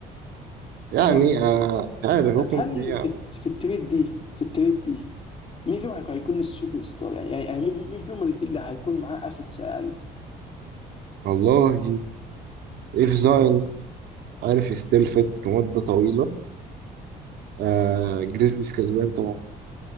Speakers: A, on the right (about 70°); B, on the left (about 35°).
A: <laughs> يعني
B: خالص
A: آه،
B: يعني
A: مش عارف ممكن
B: طب هل
A: تبيع
B: في الت- في التريد دي في التريد دي مين فيهم هيك- هيكون السوبر ستار يعني يعني يعني مين مين فيهم اللي هيكون معاه اسيتس اقل
A: والله اف زاين عارف يستلفت لمدة طويلة آه جريزليز كسبان طبعا